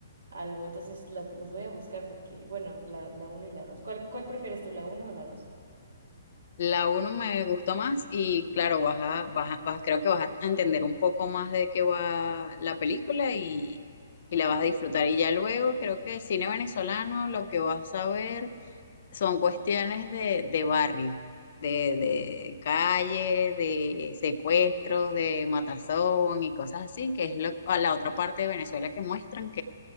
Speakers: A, on the right (about 70°); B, on the left (about 50°).
A: algo. Entonces las, las voy a buscar porque, bueno, la, la uno y la dos. ¿Cuál, cuál prefieres tú, la uno o la dos?
B: La uno me gustó más y claro, vas a, vas a- vas- creo que vas a entender un poco más de qué va la película y, y la vas a disfrutar. Y ya luego creo que el cine venezolano lo que vas a ver son cuestiones de, de barrio, de, de calle, de secuestros, de matazón y cosas así, que es lo, a la otra parte de Venezuela que muestran